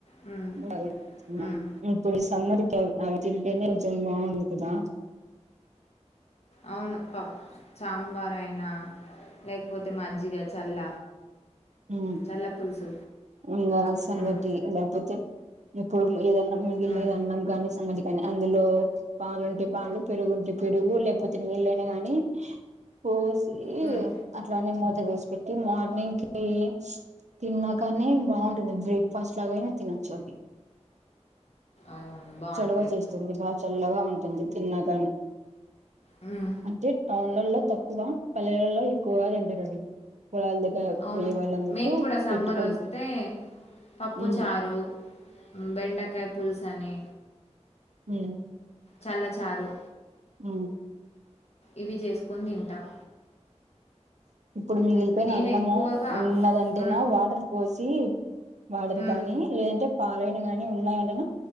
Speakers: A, on the left (about 60°); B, on the right (about 75°).
A: హ్మ్
B: <unintelligible>
A: హ్మ్
B: సమ్మదికి అవి తింటేనే కొంచెం బాగుంది కదా
A: అవును ప సాంబార్ అయినా లేకపోతే మజ్జిగ చల్ల
B: హు
A: చల్ల పులుసు
B: ఇంగ సంగతి
A: హ్మ్
B: లేకపోతే ఇప్పుడు ఏదన్న మిగిలి
A: హ్మ్
B: అన్నం కాని సంగటి కాని అందులో పాలుంటే పాలు పెరుగుంటే పెరుగు లేకపోతే నీళ్లయిన గాని పోసి
A: హ్మ్
B: ఈ అట్లానే మూత వేసి పెట్టి మార్నింగ్ కి తిన్నాకాని బాగుంటుంది బ్రేక్ ఫాస్ట్ లాగయినా తినచ్చు అది
A: అవును బాగుంటాయి
B: చల్వ చేస్తుంది బాగా చల్లగా ఉంటుంది తిన్నా కాని
A: హ్మ్
B: అంటే టౌన్ లలో తక్కువ పల్లెలలో ఎక్కువగా తింటారు అవి పొలాల దగ్గర
A: అవును
B: పోయే వాళ్ళందుకు
A: మేము కూడా సమ్మర్
B: పెట్టుకొని
A: వస్తే పప్పు
B: ఉమ్
A: చారు బెండకాయ పులుసు అని
B: హు
A: చల్లచారు
B: ఆ
A: ఇవి చేసుకొని తింటాం
B: ఇప్పుడు మిగిలిపోయిన
A: నేను
B: అన్నము
A: ఎక్కువగా
B: ఉన్నదంటేనా
A: మ్మ్,
B: వాటర్ పోసి వాడరు
A: మ్మ్,
B: కానీ లేదంటే పాలైన గానీ ఉన్నాయంట